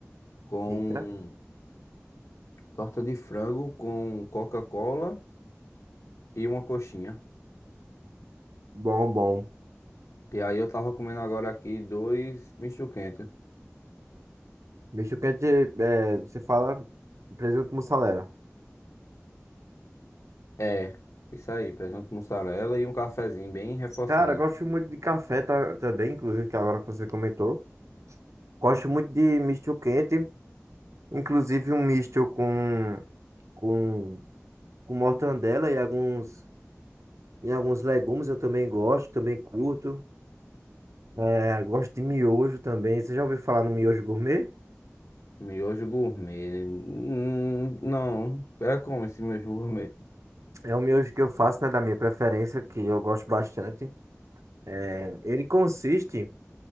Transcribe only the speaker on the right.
Eita,
bom, bom.
Bicho quente, é, você fala presunto mussarela.
Cara, eu gosto muito de café tá, também, inclusive, que agora que você comentou. Gosto muito de misto quente, inclusive um misto com, com, com mortandela e alguns, e alguns legumes eu também gosto, também curto. É, gosto de miojo também. Você já ouviu falar no miojo gourmet?
É o miojo que eu faço, né, da minha preferência, que eu gosto bastante. É, ele consiste